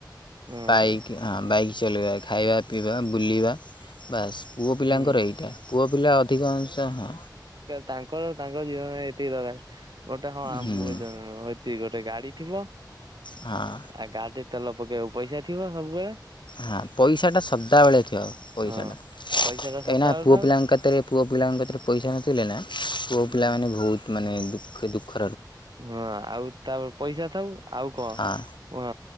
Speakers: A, on the right; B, on the left.
A: ହଁ
B: ବାଇକ୍ ହଁ ବାଇକ୍ ଚଲେଇବା ଖାଇବା ପିଇବା ବୁଲିବା ବାସ୍ ପୁଅ ପିଲାଙ୍କର
A: ହୁଁ
B: ଏଇଟା ପୁଅ ପିଲା ଅଧିକାଂଶ ହଁ।
A: ତାଙ୍କ ତାଙ୍କ ଜୀବନରେ ଏତିକି ଦରକାର ଗୋଟେ ହଁ ଆ
B: ହୁଁ
A: ମୋ ଦର ସେ ଗୋଟେ ଗାଡି ଥିବ
B: ହଁ
A: ଆ ଗାଡିରେ ତେଲ ପକେଇବାକୁ ପଇସା ଥିବ ସବୁବେଳେ
B: ହଁ ପଇସାଟା ସଦାବେଳେ ଥିବ ପଇସାଟା।
A: ହଁ ପଇସା ଟା
B: କାହିଁକିନା
A: ସଦାବେଳେ
B: ପୁଅ
A: ଥାଉ
B: ପିଲାଙ୍କ କତିରେ ପୁଅ ପିଲାଙ୍କ କତିରେ ପଇସା ନଥିଲେ ନା ପୁଅ
A: ହୁଁ।
B: ପିଲା ମାନେ ବହୁତ୍ ମାନେ ଦୁଖେ ଦୁଖେ
A: ହଁ ଆଉ ତାପରେ ପଇସା ଥାଉ ଆଉ କଣ
B: ହଁ
A: କୁହ?